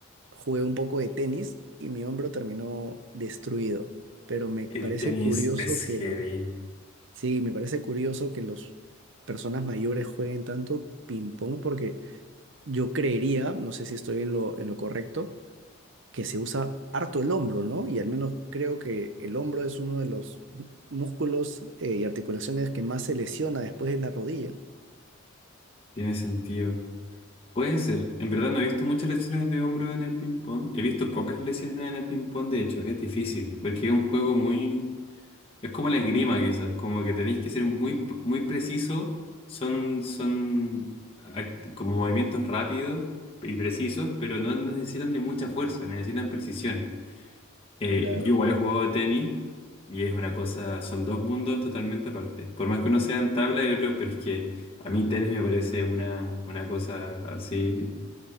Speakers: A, on the right; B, on the left.
A: jugué un poco de tenis y mi hombro terminó destruido. Pero me parece
B: El tenis
A: curioso
B: es
A: Pues, que,
B: heavy,
A: sí, me parece curioso que las personas mayores jueguen tanto ping-pong porque yo creería, no sé si estoy en lo, en lo correcto, que se usa harto el hombro, ¿no? Y al menos creo que el hombro es uno de los músculos eh, y articulaciones que más se lesiona después de la rodilla.
B: tiene sentido. Puede ser. En verdad no he visto muchas lesiones de hombro en el ping-pong. He visto pocas lesiones en el ping-pong, de hecho. Es difícil, porque es un juego muy... Es como la esgrima, quizás. Como que tenéis que ser muy, muy preciso. Son, son act- como movimientos rápidos y precisos, pero no necesitan de mucha fuerza, necesitan precisión. Eh,
A: Claro.
B: yo igual he jugado tenis y es una cosa, son dos mundos totalmente aparte. Por más que uno sea en tabla y otro, pero es que a mí tenis me parece una, una cosa así,